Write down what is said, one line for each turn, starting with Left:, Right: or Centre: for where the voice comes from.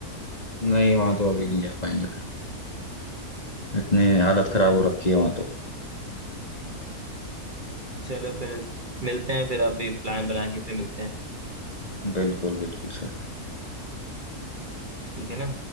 Left: नहीं वहां तो अभी नहीं जा पाएंगे फिर इतनी हालत खराब हो रखी है वहां तो
Right: चलो फिर मिलते हैं फिर आप भी प्लान बना के फिर मिलते हैं
Left: बिल्कुल बिल्कुल सर
Right: ठीक है ना